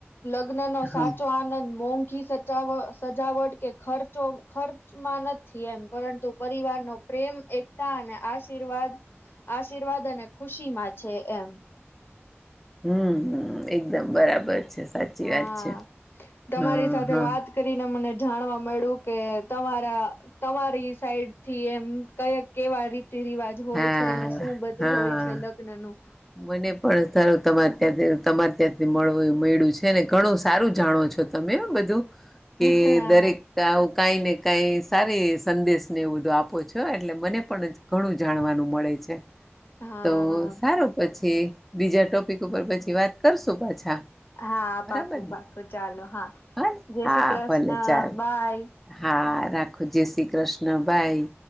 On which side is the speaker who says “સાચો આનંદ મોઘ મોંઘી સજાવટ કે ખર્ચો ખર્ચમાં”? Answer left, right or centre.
Left